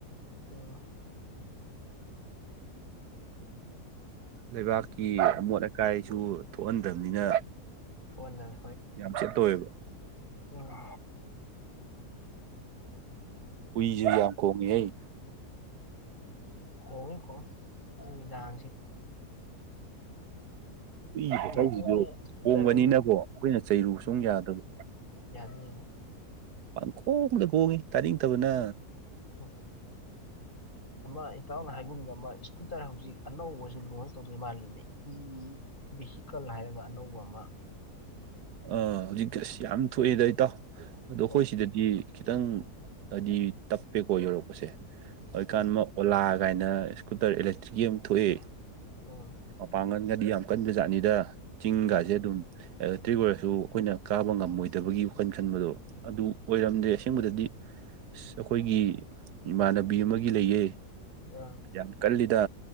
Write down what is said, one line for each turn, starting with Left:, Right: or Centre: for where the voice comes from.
Left: ꯎꯝ
Right: ꯂꯩꯕꯥꯛꯀꯤ ꯑꯃꯣꯠ ꯑꯀꯥꯏꯁꯨ ꯊꯣꯛꯍꯟꯗꯕꯅꯤꯅ
Left: ꯊꯣꯛꯑꯗ
Right: ꯌꯥꯝ ꯁꯦꯠꯇꯣꯛꯑꯦꯕ
Left: ꯎꯝ
Right: ꯍꯨꯏꯁꯨ ꯌꯥꯝ ꯀꯣꯡꯒꯦ ꯑꯩꯏ
Left: <unintelligible> ꯅꯨꯃꯤꯗꯥꯁꯤ
Right: ꯍꯨꯏ ꯈꯨꯆꯧꯁꯤꯁꯨ
Left: ꯂꯩꯕꯅ‌ꯦ ꯃ‌ꯣꯏ ꯁꯄꯤꯀꯔ
Right: ꯈꯣꯡꯕꯅꯤꯅꯀꯣ ꯑꯩꯈꯣꯏꯅ ꯆꯩꯔꯨ ꯁꯨꯡ ꯌꯥꯗꯕ
Left: ꯌꯥꯗ‌ꯦ <inaudible>
Right: ꯄꯥꯡꯈꯣꯡꯗ ꯈꯣꯡꯉꯤ ꯇꯥꯅꯤꯡꯗꯕꯅ
Left: ꯎꯝ ꯑꯃ ꯏꯇꯥꯎꯅ ꯍꯥꯏꯒꯨꯝ ꯑꯃ ꯏꯁꯀꯨꯇꯔ ꯍꯧꯖꯤꯛ ꯑꯅꯧꯕꯁꯨ ꯂꯣꯟꯁ ꯇꯧꯗꯣꯏ ꯃꯥꯜꯂꯤꯅꯦ ꯏ ꯚꯦꯍꯤꯀꯜ ꯍꯥꯏꯔꯒ ꯑꯅꯧꯕ ꯑꯣ ꯑꯃ
Right: ꯑꯥ ꯍꯧꯖꯤꯛ ꯑꯁ ꯌꯥꯝ ꯊꯣꯛꯑꯦꯗ ꯏꯇꯥꯎ ꯑꯗꯣ ꯑꯩꯈꯣꯏ
Left: ꯍꯣꯏ
Right: ꯁꯤꯗꯗꯤ ꯈꯤꯇꯪ ꯍꯥꯏꯗꯤ ꯇꯞꯄꯦꯀꯣ ꯌꯧꯔꯛꯄꯁꯦ ꯍꯧꯖꯤꯀꯥꯟ
Left: ꯎꯝ
Right: ꯑꯃ ꯑꯣꯂꯥ ꯀꯥꯏꯅ ꯏꯁꯀꯨꯇꯔ ꯏꯂꯦꯛꯇ꯭ꯔꯤꯛꯀꯤ ꯌꯥꯝ ꯊꯣꯛꯑꯦ
Left: ꯎꯝ
Right: ꯃꯄꯥꯡꯒꯜꯒꯗꯤ ꯌꯥꯝ ꯀꯟꯕ ꯖꯥꯠꯅꯤꯗ ꯆꯤꯡꯒꯥꯁꯦ
Left: ꯎꯝ
Right: ꯑꯗꯨꯝ <unintelligible> ꯑꯣꯏꯔꯁꯨ ꯑꯩꯈꯣꯏꯅ ꯀꯥꯕ ꯉꯝꯃꯣꯏꯗꯕꯒꯤ ꯋꯥꯈꯜ ꯈꯟꯕꯗꯣ ꯑꯗꯨ ꯑꯣꯏꯔꯝꯗ꯭ꯔꯦ ꯑꯁꯦꯡꯕꯗꯗꯤ ꯑꯁ ꯑꯩꯈꯣꯏꯒꯤ ꯏꯃꯥꯟꯅꯕꯤ ꯑꯃꯒꯤ ꯂꯩꯌꯦ
Left: ꯑ
Right: ꯌꯥꯝ ꯀꯜꯂꯤꯗ